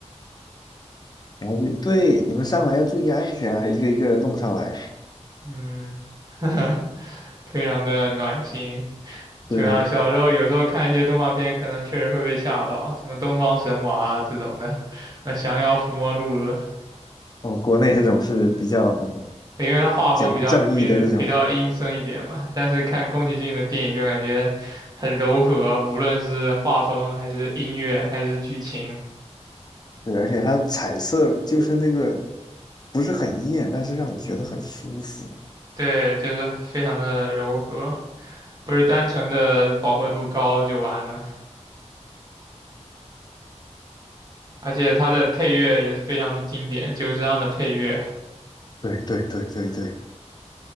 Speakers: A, on the left; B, on the right.
A: 然后就对，你们上来要注意安全，还一个一个的弄上来。
B: 嗯，<laughs> 非常的暖心。
A: 对，
B: 就像小时候有时候看一些动画片，可能确实会被吓到，什么《东方神娃》啊这种的，那《降妖伏魔录》了，
A: 哦，国内这种是比较嗯
B: 因为它画风比较比比较阴森一点嘛。
A: 讲正义的这种，
B: 但是看宫崎骏的电影就感觉很柔和，无论是画风还是音乐还是剧情，
A: 对，而且它彩色就是那个不是很艳，但是让你觉得很舒服。
B: 对，就是非常的柔和，不是单纯的饱和度高就完了。而且它的配乐也是非常的经典，久石让的配乐，
A: 对对对对对，